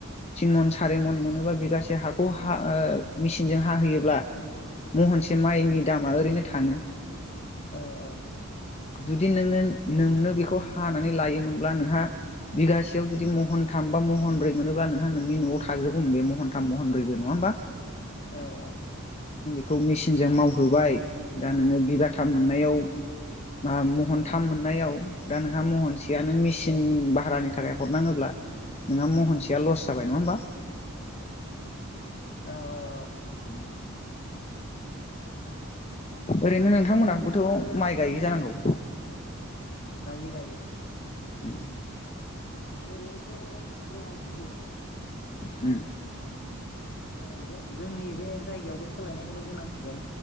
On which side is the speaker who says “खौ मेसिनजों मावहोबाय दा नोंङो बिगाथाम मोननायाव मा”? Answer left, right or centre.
Left